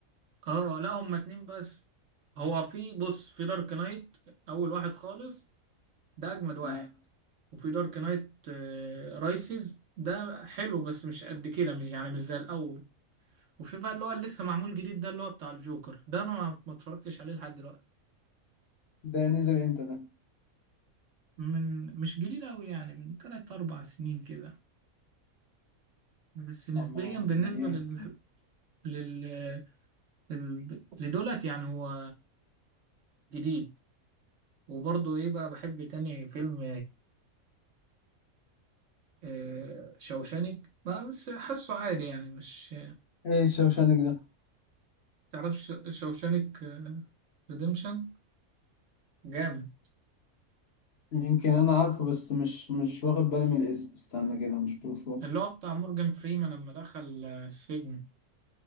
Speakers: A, on the right; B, on the left.
A: اه لا هما اتنين بس هو في بص في دارك نايت اول واحد خالص ده اجمد واحد
B: آه،
A: وفي دارك نايت آه، رايسز ده حلو بس مش قد كده مش يعني مش زي الاول وفي بقى اللي هو اللي لسه معمول جديد ده اللي هو بتاع الجوكر ده انا ما ما اتفرجتش عليه لحد دلوقتي
B: ده نزل امتى ده؟
A: من مش جديد قوي يعني من تلات اربع سنين كده بس نسبيا
B: آه، ما
A: بالنسبة
B: ما ايه
A: لل... لل... لل... لدولت يعني هو جديد وبرضه ايه بقى بحب تاني فيلم آه، شوشانك ما بس حاسه عادي يعني مش
B: ايه شوشانك ده؟
A: تعرفش شوشانك ريديمشن جامد
B: يمكن انا عارفه بس مش مش واخد بالي من الاسم استنى كده نشوفه
A: اللي هو بتاع مورجان فريمان لما دخل آه، السجن